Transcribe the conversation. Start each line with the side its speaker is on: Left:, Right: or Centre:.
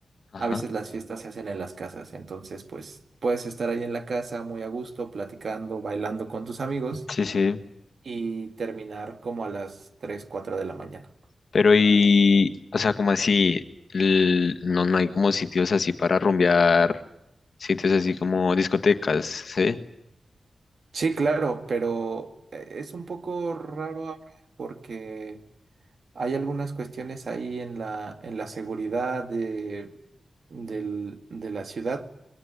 Left: Ajá,
Right: a veces las fiestas se hacen en las casas, entonces pues puedes estar ahí en la casa muy a gusto, platicando, bailando con tus amigos
Left: sí, sí.
Right: y terminar como a las tres, cuatro de la mañana.
Left: Pero y, o sea, como así, l- no, no hay como sitios así para rumbear, sitios así como discotecas, ¿sí?
Right: Sí, claro, pero eh, es un poco raro ahora porque hay algunas cuestiones ahí en la, en la seguridad de, del- de la ciudad